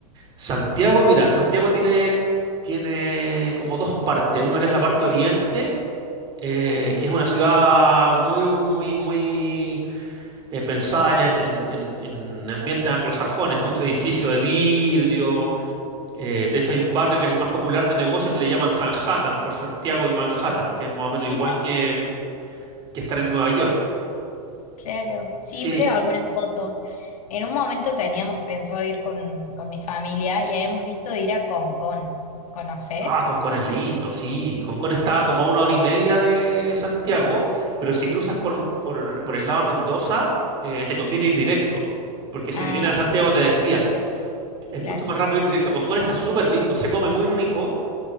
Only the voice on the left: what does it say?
Mira,
claro, sí
veo algunas fotos. En un momento teníamos pensado ir con, con mi familia y habíamos visto de ir a Concón. ¿Conoces?
Ah,
claro.